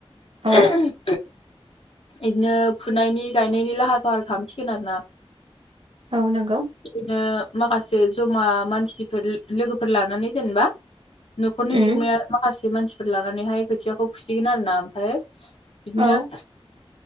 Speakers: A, on the right; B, on the left.
A: औ
B: <unintelligible> बिदिनो फुनायनि गायनायनि लाहार फाहार खालामसिगोन आरो ना
A: औ नंगौ
B: बिदिनो माखासे जे जमा मानसिफोर लोगोफोर लानानै जेनेबा न'खरनि
A: उम
B: बिगोमाया माखासे मानसिफोर लानानैहाय खोथियाखौ फुसिगोन आरो ना ओमफ्राय बिदि
A: औ
B: नो